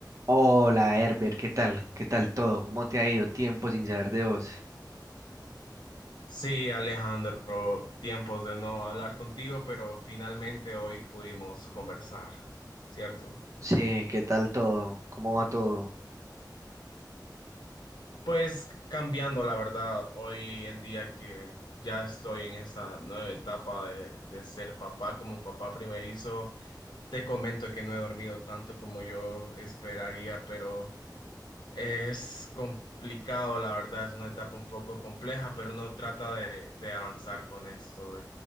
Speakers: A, on the right (about 45°); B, on the left (about 75°).
A: Hola Herbert, ¿qué tal? ¿Qué tal todo? ¿Cómo te ha ido? Tiempo sin saber de vos.
B: Sí, Alejandro, tiempos de no hablar contigo, pero finalmente hoy pudimos conversar, ¿cierto?
A: Sí, ¿qué tal todo? ¿Cómo va todo?
B: Pues cambiando, la verdad, hoy en día que ya estoy en esta nueva etapa de, de ser papá como papá primerizo, te comento que no he dormido tanto como yo esperaría, pero Es complicado, la verdad, es una etapa un poco compleja, pero uno trata de, de avanzar con esto.